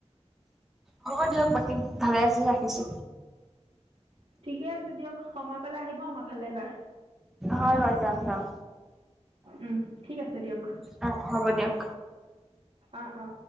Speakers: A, in the centre; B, on the right.
A: হ'ব দিয়ক বাকী, ভালে আছে ৰাখিছো।
B: ঠিকে আছে দিয়ক, সময় পালে আহিব আমাৰ ফালে এবাৰ।
A: হয়, হয় যাম যাম।
B: উম, ঠিক আছে দিয়ক,
A: অ' হ'ব দিয়ক।
B: অ' অ'।